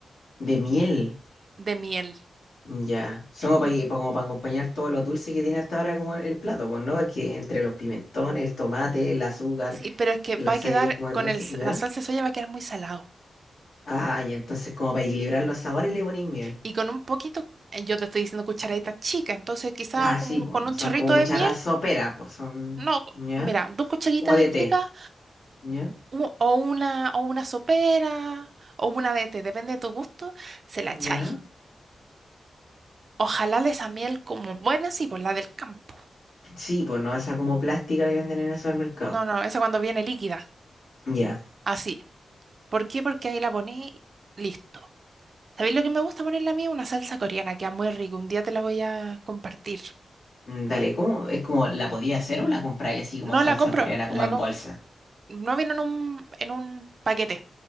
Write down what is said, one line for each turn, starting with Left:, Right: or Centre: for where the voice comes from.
Left: De miel.
Right: de miel.
Left: Ya. Son
Right: Y-
Left: para, como para acompañar todos los dulces que tiene hasta ahora como el plato, pues, ¿no? Porque entre los pimentones, el tomate, el azúcar,
Right: Sí, pero es que
Left: la
Right: va
Left: sal
Right: a quedar,
Left: que es como el
Right: con
Left: dulce,
Right: el, s-
Left: ¿ya?
Right: la salsa de soya va a quedar muy salado.
Left: ah y entonces como para equilibrar los sabores le ponéis miel.
Right: Y con un poquito, eh, yo te estoy diciendo cucharaditas chicas, entonces quizá
Left: Ah,
Right: como
Left: sí, pues
Right: con
Left: no
Right: un
Left: son
Right: chorrito
Left: como cucharas
Right: de miel,
Left: soperas, pues son,
Right: no,
Left: ¿ya?
Right: mira, dos cucharitas
Left: Como de té,
Right: chicas,
Left: ¿ya?
Right: u- o una, o una sopera, o una de té, depende de tu gusto, se la echáis.
Left: ¿Ya?
Right: Ojalá de esa miel como buena, sí, por la del campo.
Left: Sí, pues no, esa como plástica que venden en el supermercado.
Right: No, no, esa cuando viene líquida.
Left: Ya.
Right: Así. ¿Por qué? Porque ahí la poní, listo. ¿Sabéis lo que me gusta ponerle a mí? Una salsa coreana, queda muy rico. Un día te la voy a compartir.
Left: Mm, Dale, ¿cómo? ¿Es como la podía hacer o la compráis así como
Right: No
Left: salsa
Right: la compro,
Left: coreana,
Right: la
Left: como en
Right: com-
Left: bolsa?
Right: no viene en un, en un paquete.